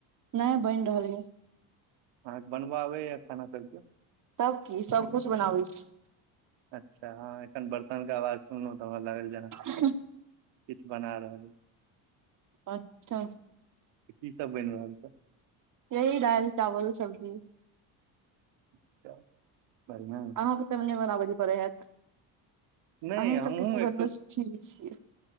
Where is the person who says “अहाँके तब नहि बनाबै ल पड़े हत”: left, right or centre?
Right